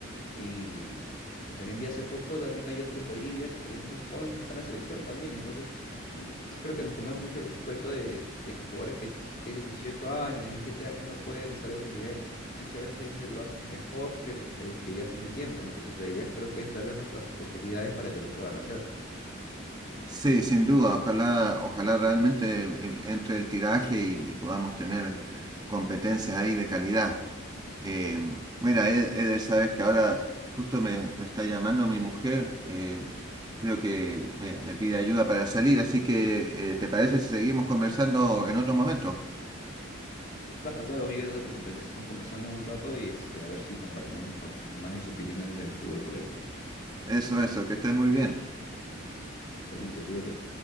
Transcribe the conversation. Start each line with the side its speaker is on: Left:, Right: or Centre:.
Left: y, y también vi hace poco, también hay otro en Bolivia que también muy joven está en la selección también. Entonces, mm, creo que nos comemos mucho el cuento de, de que jugadores que t- tienen 18 años, 17 años no pueden estar a ese nivel. Muchas veces ellos lo hacen mejor que, lo, que los que ya tienen tiempo, ¿no? Entonces, la idea creo que es darles op- las oportunidades para que lo puedan hacer.
Right: Sí, sin duda. Ojalá, ojalá realmente em, entre el tiraje y, y podamos tener competencias ahí de calidad. Eh, mira, Ed- Eder, sabes que ahora justo me, me está llamando mi mujer, eh, creo que me, me pide ayuda para salir, así que eh, ¿te parece si seguimos conversando en otro momento?
Left: Claro, claro, Miguel, no te preocupes, estamos conversando en un rato y este, a ver si compartimos un pa- un poco más las opiniones del fútbol por ahí.
Right: Eso, eso, que estés muy bien.
Left: Realmente, cuídate.